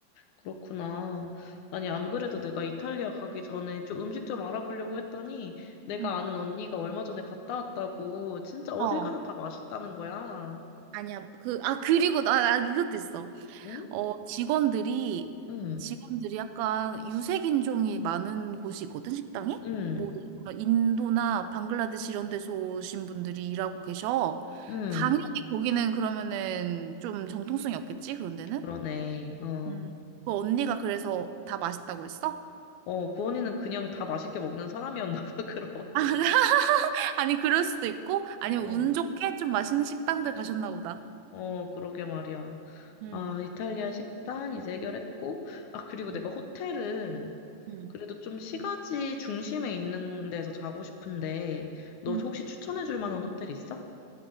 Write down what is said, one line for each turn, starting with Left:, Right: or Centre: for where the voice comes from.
Left: 그렇구나. 아니, 안 그래도 내가 이탈리아 가기 전에 좀 음식 좀 알아보려고 했더니 내가
Right: 응.
Left: 아는 언니가 얼마 전에 갔다 왔다고 진짜 어딜
Right: 어.
Left: 가나 다 맛있다는 거야.
Right: 아니야. 그, 아, 그리고 나, 나 이것도 있어.
Left: 응?
Right: 어, 직원들이,
Left: 응,
Right: 직원들이 약간 유색인종이 많은 곳이거든, 식당이?
Left: 응,
Right: 뭐, 인도나 방글라데시 이런 데서 오신 분들이 일하고 계셔.
Left: 응.
Right: 당연히 거기는 그러면은 좀 정통성이 없겠지, 그런 데는?
Left: 그러네. 어.
Right: 음. 그 언니가 그래서 다 맛있다고 했어?
Left: 어, 구원이는 그냥 다 맛있게 먹는 사람이었나 봐, <laughs> 그럼.
Right: <laughs> 아니, 그럴 수도 있고, 아니면
Left: 어.
Right: 운 좋게 좀 맛있는 식당들 가셨나 보다.
Left: 어, 그러게 말이야.
Right: 음.
Left: 아, 이탈리아 식당 이제 해결했고, 아, 그리고
Right: 음.
Left: 내가 호텔은
Right: 음.
Left: 그래도 좀 시가지 중심에 있는 데서 자고 싶은데, 너
Right: 음.
Left: 혹시 추천해 줄 만한 호텔 있어?